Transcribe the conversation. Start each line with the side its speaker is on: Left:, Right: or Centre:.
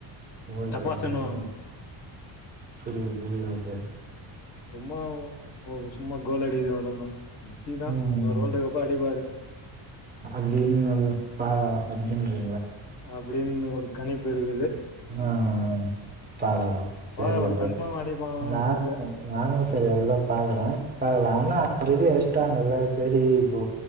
Right: ஓகேங்க
Left: டப்பாசுன்னு
Right: ஓகேங்க புரியுது புரியுது எனக்
Left: சும்மா ஒ சும்மா கோல் அடிக்ர அவ்ளோதா நச்சி தா
Right: ம்
Left: இன்னோரு வோல்டு கப்பு அடிப்பாரு
Right: அப்டின்னு பா அப்டின்றி
Left: அப்டின்னு ஒரு கணிப்பு இருக்குது
Right: அ அ பாக்கலா சேரி
Left: பாக்கலாம்
Right: ஓகே
Left: கன்ஃபார்ம் அடிப்பாங்களான்னு
Right: எநா
Left: தெர்ல.
Right: நானு சரி அதுதா பாக்குற பாக்கலா ஆனா ரெடி அஷ்சட்டாங்கல்ல சரி இப்போ